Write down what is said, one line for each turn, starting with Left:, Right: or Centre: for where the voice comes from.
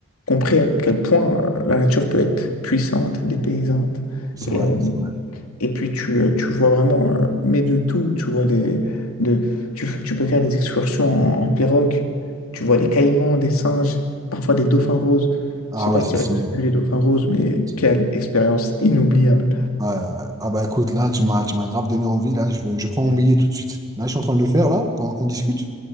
Left: compris à quel point euh, la nature peut être puissante, dépaysante.
Right: C'est vrai,
Left: Et, euh,
Right: c'est vrai.
Left: Et puis tu, euh, tu vois vraiment, euh, mais de tout, tu vois des, de, tu, f- tu peux faire des excursions en, en pirogue, tu vois des caïmans, des singes, parfois des dauphins roses.
Right: Ah
Left: Je sais pas
Right: ouais,
Left: si
Right: c'est
Left: tu
Right: c'est-
Left: as déjà vu les dauphins roses, mais
Right: c'est-
Left: quelle expérience inoubliable.
Right: ouais, euh, ah bah écoute, là, tu m'as, tu m'as grave donné envie, là, je veux, je prends mon billet tout de suite. Là, je suis en train de le faire, là, pendant qu'on discute.